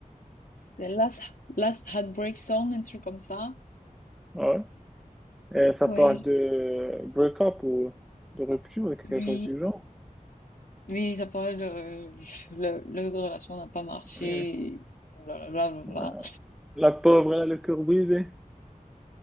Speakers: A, on the left; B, in the centre.
A: c'est Last, Last Heartbreak Song, un truc comme ça.
B: ouais. Et ça
A: Ouais,
B: parle de break-up ou de rupture, quelque
A: oui,
B: chose du genre.
A: oui, ça parle, euh, le, leur relation n'a pas marché.
B: Hmm,
A: Blablabla. blablabla.
B: ouais. La pauvre, elle a le cœur brisé.